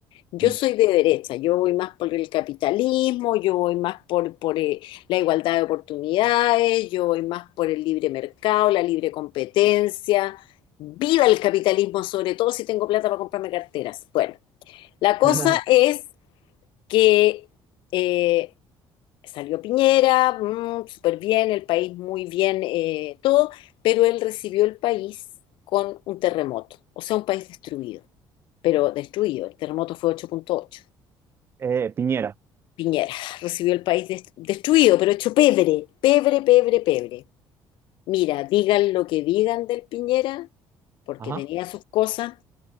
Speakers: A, on the left; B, on the right.
A: Yo
B: Mm.
A: soy de derecha, yo voy más por el capitalismo, yo voy más por, por eh, la igualdad de oportunidades, yo voy más por el libre mercado, la libre competencia. Viva el capitalismo, sobre todo si tengo plata para comprarme carteras. Bueno, la cosa
B: <laughs>
A: es que eh, salió Piñera, mm, súper bien, el país muy bien, eh, todo, pero él recibió el país con un terremoto, o sea, un país destruido, pero destruido, el terremoto fue 8.8.
B: Eh, Piñera.
A: Piñera recibió el país dest- destruido, pero hecho pebre, pebre, pebre, pebre. Mira, digan lo que digan del Piñera, porque
B: Ajá.
A: tenía sus cosas.